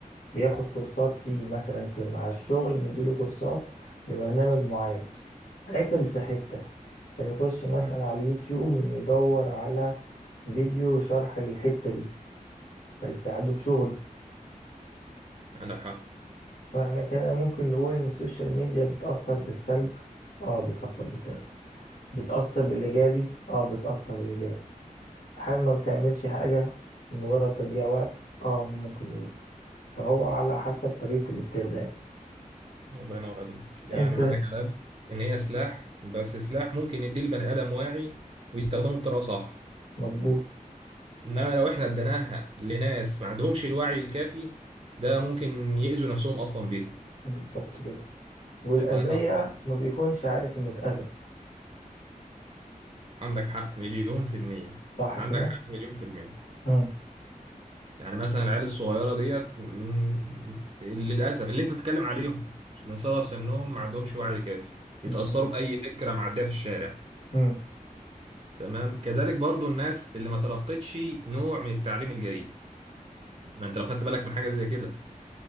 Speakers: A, on the left; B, on the right.
A: بياخد كورسات فيه مثلا في مع الشغل مديله كورسات لبرنامج معين عطل في حتة فيخش مثلا
B: مم.
A: على اليوتيوب إنه يدور على فيديو شرح للحتة دي فيساعده في شغله
B: عندك حق
A: فاحنا كده ممكن نقول إن السوشيال ميديا بتأثر بالسلب اه بتأثر بالسلب بتأثر بالإيجابي اه بتأثر بالإيجابي هل ما بتعملش حاجة مجرد تضييع وقت اه ممكن نقول فهو على حسب طريقة الاستخدام
B: الله ينور عليك يعني
A: انت
B: معنى كلامك ان هي سلاح بس سلاح ممكن يديه البني ادم واعي ويستخدمه بطريقه صح
A: مظبوط
B: انما لو احنا اديناها لناس ما عندهمش الوعي الكافي ده ممكن يأذوا نفسهم اصلا بيه
A: بالظبط كده والأذية
B: الله ينور
A: ما بيكونش عارف إنه اتأذى
B: عندك حق مليون في المية
A: صح
B: عندك
A: كده؟
B: حق مليون في المية
A: مم.
B: يعني مثلا العيال الصغيرة ديت مم، للأسف اللي أنت بتتكلم عليهم من صغر سنهم ما عندهمش وعي كافي
A: بالظبط
B: يتأثروا بأي فكرة معدية في الشارع
A: مم.
B: تمام كذلك برضو الناس اللي ما تلقتش نوع من التعليم الجيد ما أنت لو خدت بالك من حاجة زي كده